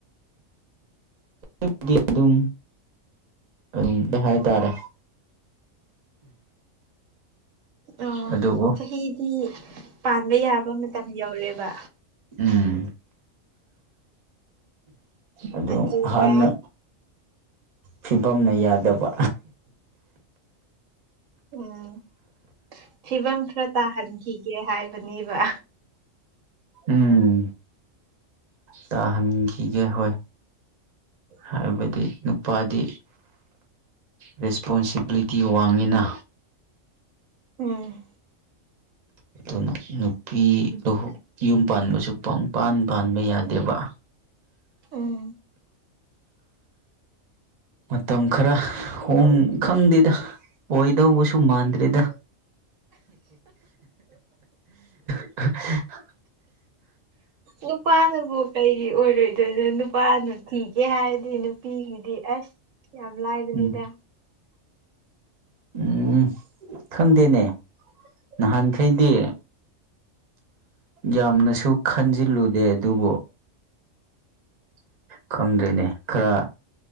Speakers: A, on the right; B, on the right.
A: ꯑꯗꯨꯗꯤ ꯑꯗꯨꯝ ꯑꯗꯨꯝꯇ ꯍꯥꯏꯇꯥꯔꯦ
B: ꯑꯣ
A: ꯑꯗꯨꯕꯨ
B: ꯆꯍꯤꯗꯤ ꯄꯥꯟꯕ ꯌꯥꯕ ꯃꯇꯝ ꯌꯧꯔꯦꯕ
A: ꯎꯝ ꯑꯗꯨ
B: ꯑꯗꯨꯒ
A: ꯍꯥꯟꯅ ꯐꯤꯕꯝꯅ ꯌꯥꯗꯕ
B: ꯎꯝ ꯐꯤꯕꯝ ꯈꯔ ꯇꯥꯍꯟꯈꯤꯒꯦ ꯍꯥꯏꯕꯅꯤꯕꯥ
A: ꯎꯝ ꯇꯥꯍꯟꯈꯤꯒꯦ ꯍꯣꯏ ꯍꯥꯏꯕꯗꯤ ꯅꯨꯄꯥꯗꯤ ꯔꯦꯁꯄꯣꯟꯁꯤꯕꯤꯂꯤꯇꯤ ꯋꯥꯡꯉꯤꯅ
B: ꯎꯝ
A: ꯑꯗꯨꯅ ꯅꯨꯄꯤꯗꯍꯨ ꯌꯨꯝ ꯄꯥꯟꯕꯁꯨ ꯄꯪꯄꯥꯟ ꯄꯥꯟꯕ ꯌꯥꯗꯦꯕ <inaudible>
B: ꯎꯝ
A: ꯃꯇꯝ ꯈꯔ ꯎꯝ ꯈꯪꯗꯦꯗ ꯑꯣꯏꯗꯧꯕꯁꯨ ꯃꯥꯟꯗ꯭ꯔꯦꯗ ꯑ <inaudible>
B: ꯅꯨꯄꯥꯅꯕꯨ ꯀꯩꯒꯤ ꯑꯣꯏꯔꯣꯏꯗꯣꯏꯅꯣ ꯅꯨꯄꯥꯅ ꯊꯤꯒꯦ ꯍꯥꯏꯔꯗꯤ ꯅꯨꯄꯤꯒꯤꯗꯤ ꯑꯁ ꯌꯥꯝ ꯂꯥꯏꯕꯅꯤꯗ
A: ꯎꯝ ꯎꯝ ꯈꯪꯗꯦꯅꯦ ꯅꯍꯥꯟꯈꯩꯗꯦ ꯌꯥꯝꯅꯁꯨ ꯈꯟꯖꯤꯜꯂꯨꯗꯦ ꯑꯗꯨꯕꯨ ꯈꯪꯗ꯭ꯔꯦꯅꯦ ꯈꯔ